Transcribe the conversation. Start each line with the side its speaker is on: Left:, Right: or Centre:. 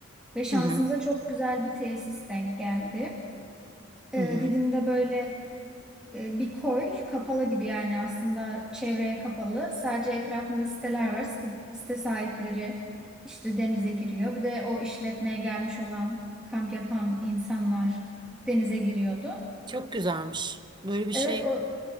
Centre: Ve şansımıza
Right: Hı hı.
Centre: çok güzel bir tesis denk geldi. Ee,
Right: Hı hı.
Centre: Didim'de böyle e, bir koy kapalı gibi yani aslında çevreye kapalı. Sadece etrafında siteler var. Site, site sahipleri işte denize giriyor. Bir de o işletmeye gelmiş olan kamp yapan insanlar denize giriyordu.
Right: Çok güzelmiş. Böyle bir
Centre: Evet
Right: şey
Centre: o